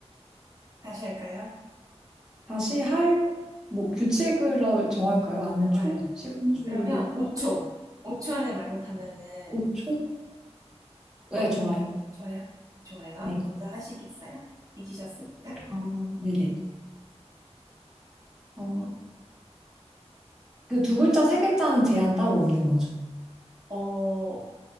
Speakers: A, on the right; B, in the centre.
A: 다시 할까요?
B: 다시 할, 뭐, 규칙을 정할까요? 아니면
A: 좋아요.
B: 초? 시간 초를
A: 그러면 5초. 5초 안에 말 못하면은,
B: 오 초 네,
A: 어,
B: 좋아요.
A: 좋아요? 좋아요.
B: 네.
A: 먼저 하시겠어요? 이기셨으니까.
B: 어, 네네. 어, 그 두 글자, 세 글자는 제한 따로 없는 거죠.
A: 어,